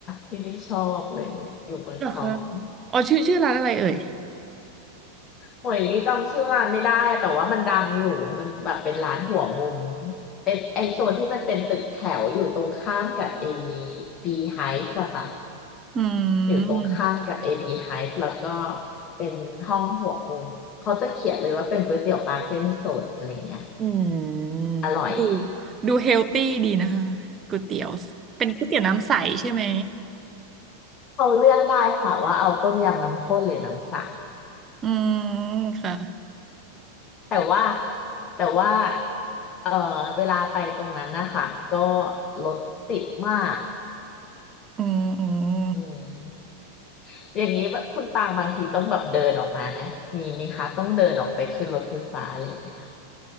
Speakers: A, on the left; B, on the right.
A: ที่ลิชอบเลยเนี่ยอยู่เมืองทอง
B: เหรอคะอ๋อชื่อชื่อร้านอะไรเอ่ย
A: โอ้ยลี่จำชื่อร้านไม่ได้อะแต่ว่ามันดังอยู่มันจะแบบเป็นร้านหัวมุมเป็นไอโซนที่มันเป็นตึกแถวอยู่ตรงข้ามกับเอบีไฮฟ์อะค่ะ
B: อืม
A: อยู่ตรงข้ามกับเอบีไฮฟ์แล้วก็เป็นห้องหัวมุมเขาจะเขียนเลยว่าเป็นก๋วยเตี๋ยวปลาเส้นสดอะไรเงี้ย
B: อืม
A: อร่อย
B: ดูดูเฮลตี้ดีนะคะก๋วยเตี๋ยวเป็นก๋วยเตี๋ยวน้ำใสใช่ไหม
A: เขาเลือกได้ค่ะว่าเอาต้มยำน้ำข้นหรือน้ำใส
B: อืม ค่ะ
A: แต่ว่าแต่ว่าเออเวลาไปตรงนั้นนะคะก็รถติดมาก
B: อืมอืม
A: อืม อย่างนี้ว่าคุณตางบางทีต้องแบบเดินออกมานะมีมีคะต้องเดินออกไปขึ้นรถไฟฟ้าอะไรอย่างเงี้ย